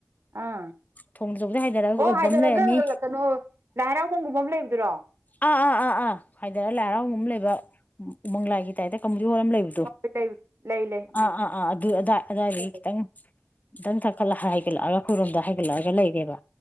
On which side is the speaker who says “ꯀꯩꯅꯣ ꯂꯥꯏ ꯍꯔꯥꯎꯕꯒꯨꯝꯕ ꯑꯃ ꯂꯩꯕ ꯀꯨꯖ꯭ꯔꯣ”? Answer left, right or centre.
Right